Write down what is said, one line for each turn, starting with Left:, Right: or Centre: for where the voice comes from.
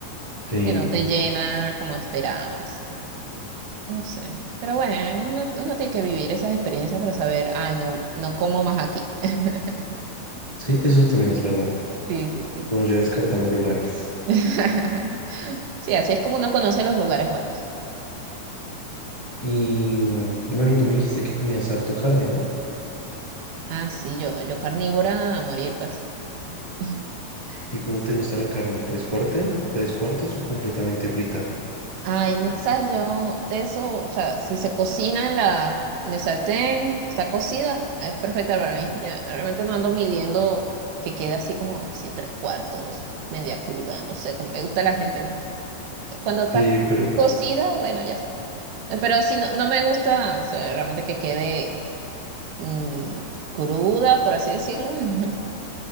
Left: sí,
Right: que no te llena como esperabas. No sé. Pero bueno, uno, uno tiene que vivir esas experiencias para saber, ay, no, no como más aquí. <laughs>
Left: sí, eso también es verdad.
Right: Sí, sí, sí,
Left: Uno
Right: sí.
Left: ya descartando lugares.
Right: <laughs> Sí, así es como uno conoce los lugares buenos.
Left: Y mm, bueno, tú me dijiste que comías harto carne, ¿no?
Right: Ah, sí, yo, yo carnívora a morir, pues. <laughs>
Left: ¿Y cómo te gusta la carne? ¿Tres cuartos, tres cuartos o completamente frita?
Right: Ay, no, sabes, yo de eso, o sea, si se cocina en la, en el sartén, está cocida, es perfecta para mí. Yo realmente no ando midiendo que quede así como así tres cuartos, media cruda, no sé, como le gusta a la gente, ¿no? Cuando está
Left: Sí, pero
Right: cocida, bueno, ya está. Eh, Pero si no, no me gusta, o sea, realmente que quede mm, cruda, por así decirlo. <laughs>